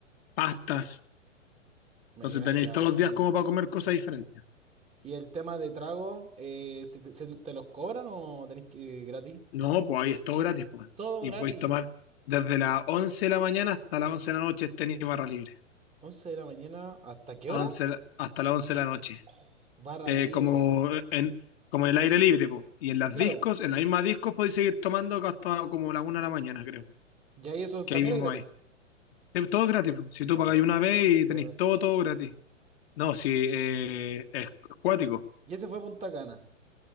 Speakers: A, on the left; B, on the right.
A: Pastas,
B: Mira,
A: entonces tenéis
B: qué bacán.
A: todos los días como para comer cosas diferentes.
B: ¿Y el tema de trago, eh, ¿se te, se- te los cobran o tenés que eh, gratis?
A: No, pues ahí es todo gratis, pues.
B: Todo
A: Y
B: gratis.
A: podéis tomar desde las 11 de la mañana hasta las 11 de la noche es tenis barra libre.
B: once de la mañana, ¿hasta qué
A: A
B: hora?
A: once la- hasta las once de la noche.
B: Oh, barra
A: Eh,
B: libre.
A: como eh, en, como en el aire libre, pues. Y en las
B: Claro,
A: discos, en las mismas discos podéis seguir tomando hasta como las una de la mañana, creo.
B: ya y eso
A: Que
B: también
A: ahí mismo
B: es gratis.
A: hay. Eh, Todo gratis, po. Si
B: No
A: tú pagáis
B: te puedo
A: una vez
B: creer.
A: y tenéis todo, todo gratis. No, si eh, es cuático.
B: Y ese fue Punta Cana.